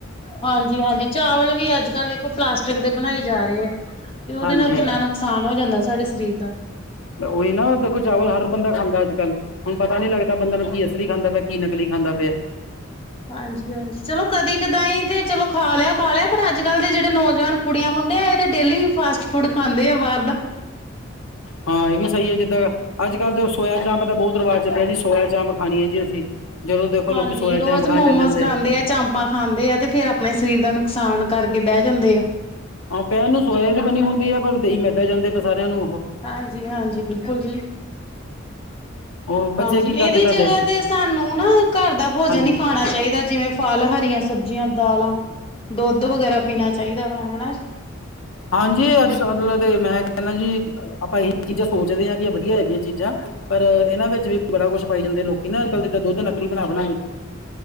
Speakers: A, on the left; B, on the left.
A: ਹਾਂਜੀ ਹਾਂਜੀ, ਚਾਵਲ ਵੀ ਅੱਜ ਕੱਲ ਦੇਖੋ ਪਲਾਸਟਿਕ ਦੇ ਬਣਾਏ ਜਾ ਰਹੇ ਆ। ਤੇ ਉਹਦੇ
B: ਹਾਂਜੀ
A: ਨਾਲ ਕਿੰਨਾ ਨੁਕਸਾਨ ਹੋ ਜਾਂਦਾ ਸਾਡੇ ਸਰੀਰ ਦਾ
B: ਉਹੀ ਨਾ ਦੇਖੋ ਚਾਵਲ ਹਰ ਬੰਦਾ ਖਾਂਦਾ ਅੱਜ ਕੱਲ੍ਹ। ਹੁਣ ਪਤਾ ਨੀ ਲੱਗਦਾ ਬੰਦਾ ਨੂੰ ਕੀ ਅਸਲੀ ਖਾਂਦਾ ਪਿਆ ਕੀ ਨਕਲੀ ਖਾਂਦਾ ਪਿਆ।
A: ਹਾਂਜੀ ਹਾਂਜੀ, ਚਲੋ ਕਦੀ ਕਦਾਈਂ ਤੇ ਚਲੋ ਖਾ ਲਿਆ ਖਾ ਲਿਆ ਪਰ ਅੱਜ ਕੱਲ੍ਹ ਦੇ ਜਿਹੜੇ ਨੌਜਵਾਨ ਕੁੜੀਆਂ ਮੁੰਡਿਆਂ ਇਹ ਤੇ ਡੇਲੀ ਫਾਸਟ ਫੂਡ ਖਾਂਦੇ ਆ ਬਾਹਰ ਦਾ।
B: ਹਾਂ, ਇਹ ਵੀ ਸਹੀ ਹੈ ਜਿੱਦਾਂ ਅੱਜ ਕੱਲ੍ਹ ਤਾਂ ਸੋਇਆ ਚਾਂਪ ਦਾ ਬਹੁਤ ਰਿਵਾਜ਼ ਚੱਲਿਆ ਜੀ ਸੋਇਆ ਚਾਂਪ ਖਾਣੀ ਐ ਜੀ ਅਸੀਂ। ਜਦੋਂ ਦੇਖੋ
A: ਹਾਂਜੀ,
B: ਲੋਕੀ ਸੋਇਆ
A: ਰੋਜ਼
B: ਚਾਂਪ ਖਾਣ
A: ਮੋਮੋਸ
B: ਚੱਲ ਜਾਂਦੇ
A: ਖਾਂਦੇ ਆ ਚ ਪਾਂ ਖਾਂਦੇ ਆ ਤੇ ਫੇਰ ਆਪਣੇ ਸਰੀਰ ਦਾ ਨੁਕਸਾਨ ਕਰਕੇ ਬਹਿ ਜਾਂਦੇ ਆ।
B: ਆ ਪਹਿਣ ਨੂੰ ਸੋਏ ਦੀ ਬਣੀ ਹੁੰਦੀ ਆ ਪਰ ਦਈ ਮੈਦਾ ਜਾਂਦੇ ਪਏ ਸਾਰਿਆਂ ਨੂੰ ਉਹ
A: ਹਾਂਜੀ ਹਾਂਜੀ, ਬਿਲਕੁਲ ਜੀ।
B: ਉਹ ਬੱਚੇ
A: ਹਾਂਜੀ,
B: ਕੀ
A: ਇਹਦੀ
B: ਕਰਦੇ ਤੁਹਾਡੇ
A: ਜਗ੍ਹਾ ਤੇ ਸਾਨੂੰ ਨਾ ਘਰ ਦਾ ਭੋਜਨ
B: ਹਾਂਜੀ
A: ਹੀ ਖਾਣਾ ਚਾਹੀਦਾ ਜਿਵੇਂ ਫਲ ਹਰੀਆਂ ਸਬਜ਼ੀਆਂ ਦਾਲਾਂ ਦੁੱਧ ਵਗੈਰਾ ਪੀਣਾ ਚਾਹੀਦਾ ਵਾ ਹਨਾ ਜੀ।
B: ਹਾਂਜੀ, ਅੱਜ ਮਤਲਬ ਮੈਂ ਕਹਿੰਦਾ ਜੀ ਆਪਾਂ ਇਹੀ ਚੀਜ਼ਾਂ ਸੋਚਦੇ ਹਾਂ ਕਿ ਵਧੀਆ ਹੈਗੀਆਂ ਚੀਜ਼ਾਂ। ਪਰ ਇਹਨਾਂ ਵਿੱਚ ਵੀ ਬੜਾ ਕੁੱਛ ਪਾਈ ਜਾਂਦੇ ਲੋਕੀ ਨਾ ਅੱਜ ਕੱਲ ਜਿੱਦਾਂ ਦੁੱਧ ਨਕਲੀ ਬਣਾ ਬਣਾ ਕੇ